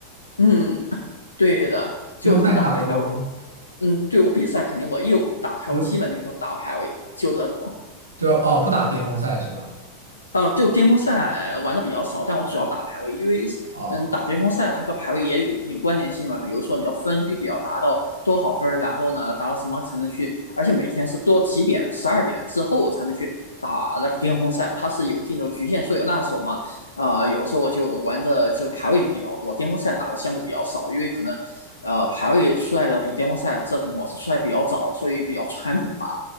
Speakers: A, on the left; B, on the right.
A: 嗯，对的，就你打排位。
B: 巅峰赛你打得多吗？
A: 嗯，对我比赛肯定我一打开，
B: 我
A: 我基本就是打排位，就这种。
B: 就哦，不打巅峰赛是吧？
A: 啊，就巅峰赛呃玩的比较少，但我主要打排位，因为嗯，
B: 哦。
A: 打巅峰赛它和排位也有一定关联性嘛。比如说你要分必须要达到多少分，然后呢达到什么才能去，而且每天是多几点，十二点之后才能去打那个巅峰赛，它是有一定的局限，所以那时候嘛，啊、呃有时候我就玩的就是排位比较多，巅峰赛打的相对比较少，因为可能呃排位出来的比巅峰赛这种模式出来比较早，所以比较传统吧。